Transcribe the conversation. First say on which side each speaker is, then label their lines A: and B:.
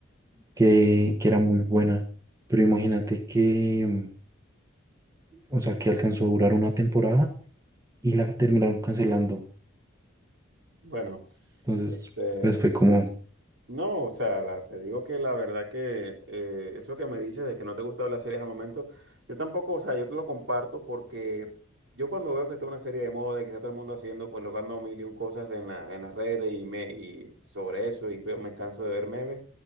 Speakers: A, on the right; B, on the right.
A: que, que era muy buena, pero imagínate que, mm, o sea, que alcanzó a durar una temporada y la terminaron cancelando.
B: Bueno,
A: Entonces,
B: este.
A: pues fue como,
B: No, o sea, la- te digo que la verdad que eh, eso que me dices de que no te gusta ver las series al momento, yo tampoco, o sea, yo te lo comparto porque yo cuando veo que está una serie de moda y que está todo el mundo haciendo, colocando mil y un cosas en la, en las redes y, me, y sobre eso y veo, me canso de ver memes,